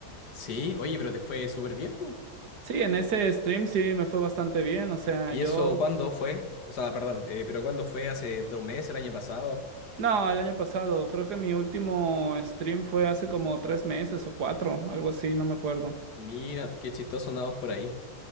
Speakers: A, on the left; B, on the right.
A: Sí, oye, pero te fue súper bien, pues.
B: Sí, en ese stream sí me fue bastante bien, o sea,
A: ¿Y
B: yo...
A: eso cuándo fue? O sea, perdón, eh, pero ¿cuándo fue? ¿Hace dos meses, el año pasado?
B: No, el año pasado, creo que mi último stream fue hace como tres meses o cuatro, algo así, no me acuerdo.
A: Mira, qué chistoso andamos por ahí.